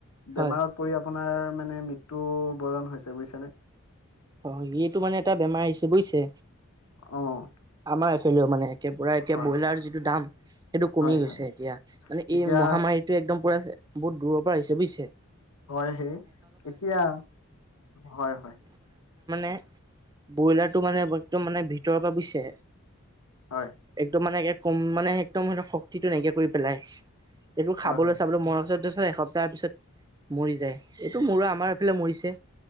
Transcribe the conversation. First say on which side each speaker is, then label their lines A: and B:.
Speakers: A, on the right; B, on the left.
A: হয়
B: বেমাৰত আপোনাৰ মানে মৃত্যু বৰণ হৈছে বুজিছানে
A: হয় এইটো মানে এটা বেমাৰ আহিছে বুইছে
B: অ',
A: অনাচ খেলো মানে এতিয়াৰ পৰা এতিয়া
B: হয়,
A: ব্ৰইলাৰ যিটো দাম সেইটো কমি
B: হয়,
A: গৈছে
B: হয়,
A: এতিয়া মানে
B: এতিয়া
A: এই মহামাৰীটোৱে একদম পূৰা বহুত দূৰ পৰা আহিছে বুইছে
B: হয় সেই এতিয়া হয় হয়
A: এই ব্ৰইলাৰটো মানে একদম মানে ভিতৰৰ পৰা বুইছে
B: হয়,
A: একদম মানে কম মানে একদম স শক্তিটো নাইকিয়া কৰি পেলাই একো খাবলৈ
B: হয়,
A: চাবলৈ মৰা পিছত দেছ তাৰছত এসপ্তাহৰ পিছত মৰি যায় ।এইটো মোৰো আমাৰ এইফালে মৰিছে